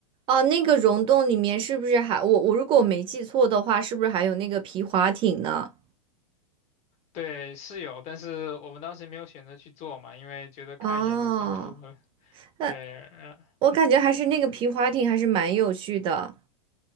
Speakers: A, on the right; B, on the left.
A: 哦，那个溶洞里面是不是还，我我如果我没记错的话，是不是还有那个皮划艇呢？
B: 对，是有，但是我们当时没有选择去做嘛，因为觉得看一眼就差不多了。
A: 哦，那
B: 对，嗯
A: 我感觉还是那个皮划艇还是蛮有趣的